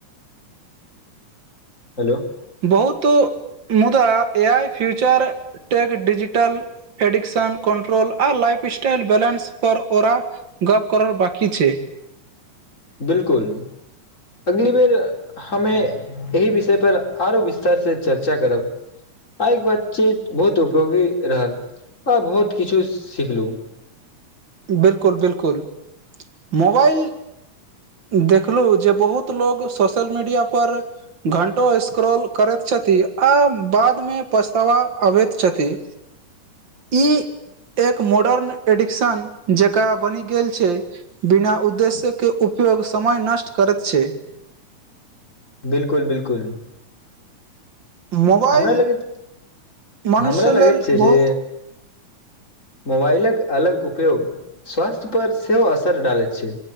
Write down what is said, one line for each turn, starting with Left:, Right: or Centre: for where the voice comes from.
Left: हेलो
Right: बहुत मुदा ए आइ future tech digital addiction control आ लाइफ स्टाइल बैलेंस पर ओरा गप करल बाकी छै
Left: बिलकुल अगली बेर हमे एहि विषय पर आरो विस्तार से चर्चा करब आइ के बातचीत बहुत उपयोगी रहल आ बहुत किछु सिखलु
Right: बिलकुल बिलकुल मोबाइल देखलू जे बहुत लोक सोशल मीडिया पर घंटो स्क्रॉल करति छथि आ बाद मे पछतावा अबति छथि
Left: <inaudible>
Right: ई एक मॉडर्न एडिक्शन जेकां बनि गेल छै बिना उद्देश्यके उपयोग समय नष्ट करति छै
Left: बिलकुल बिलकुल
Right: मोबाइल
Left: हमरा लगति
Right: मनुष्य
Left: हमरा
Right: लेल
Left: लगति छै
Right: बहुत
Left: जे मोबाइलक अलग उपयोग स्वास्थ्य पर सेहो असर डालै छै